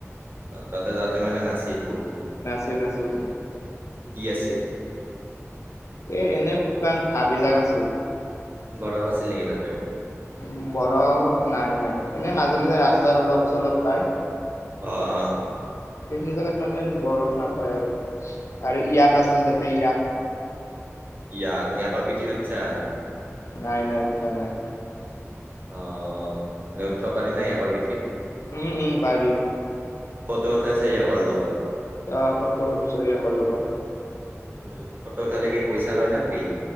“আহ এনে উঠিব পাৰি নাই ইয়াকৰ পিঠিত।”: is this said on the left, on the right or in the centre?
Right